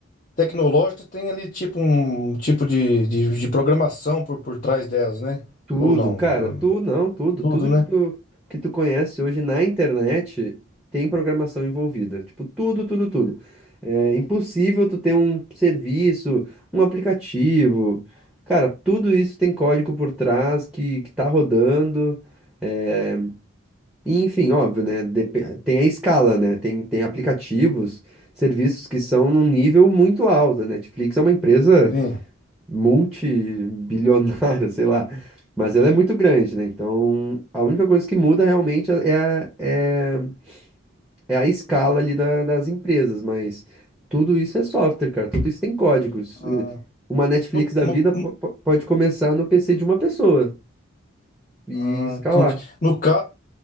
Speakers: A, on the left; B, in the centre.
A: tecnológicas tem ali tipo um tipo de, de, de programação por, por trás delas, né?
B: Tudo,
A: Ou não?
B: cara, tu não, tudo,
A: Tudo,
B: tudo
A: né?
B: que tu que tu conhece hoje na internet tem programação envolvida. Tipo, tudo, tudo, tudo. É impossível tu ter um serviço, um aplicativo. Cara, tudo isso tem código por trás que, que tá rodando. É, e, enfim, óbvio, né? depe- Tem a escala, né? Tem, tem aplicativos, serviços que são num nível muito alto. A Netflix é uma empresa
A: Sim.
B: multibilionária, <laughs> sei lá. Mas ela é muito grande, né? Então, a única coisa que muda realmente é é a, é, é a escala ali da- das empresas, mas tudo isso é software, cara. Tudo isso tem códigos.
A: Ah,
B: E Uma Netflix
A: no,
B: da
A: no,
B: vida po- po- pode começar no PC de uma pessoa e
A: ah,
B: escalar.
A: entendi. No, ca-